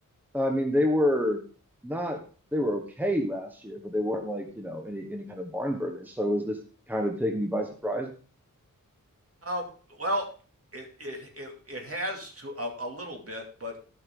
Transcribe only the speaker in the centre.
I mean, they were not they were okay last year, but they weren't like, you know, any any kind of barn burners. So is this kind of taking you by surprise?